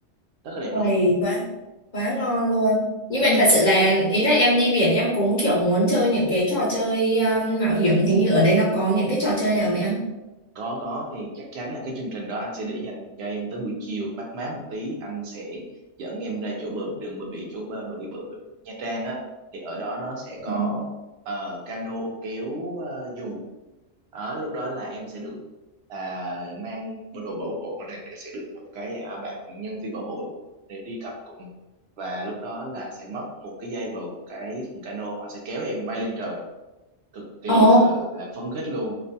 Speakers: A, on the right; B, on the left.
A: rất là đẹp
B: Uầy,
A: luôn
B: quá quá ngon luôn nhưng
A: ừ
B: mà thật sự là ý là em đi biển em cũng kiểu muốn chơi những cái trò chơi um, mạo hiểm hình như ở đây nó có những cái trò chơi nào vậy anh
A: có có thì chắc chắn là cái chương trình đó anh sẽ để dành cho em tới buổi chiều mát má một tí anh sẽ dẫn em ra chỗ bờ đường bờ biển chỗ bờ bờ bờ, bờ, biển Nha Trang á thì ở đó nó sẽ
B: Ừ.
A: có ờ, cano kéo ờ, dù đó lúc đó là em sẽ được là mang bộ đồ bảo hộ này để sẽ được một cái à, bạn nhân viên bảo hộ để đi cặp cùng và lúc đó là sẽ mất một cái dây vào cái thùng cano họ sẽ kéo em bay lên trời cực kỳ
B: ồ
A: là, gọi là phấn khích luôn